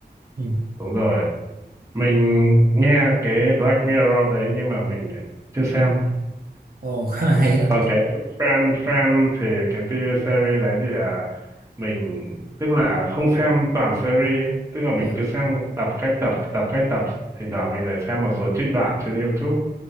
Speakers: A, on the right; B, on the right.
A: ừ.
B: đúng rồi. Mình nghe cái Black Mirror đấy nhưng mà mình chưa xem.
A: Ồ, khá là hay đó anh
B: còn cái Friend Friend thì cái TV series đấy thì à, mình tức là không xem toàn series tức là mình
A: Dạ.
B: cứ xem tập cách tập tập cách tập thỉnh thoảng mình lại xem một số trích đoạn trên YouTube